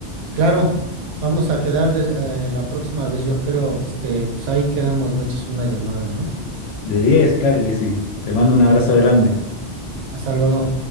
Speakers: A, on the right; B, on the left.
A: Claro, vamos a quedar des- eh, la próxima vez, yo creo, este, pues ahí quedamos, me echas una llamada, ¿no?
B: De diez, claro que sí. Te mando un
A: Bueno,
B: abrazo grande.
A: hasta luego.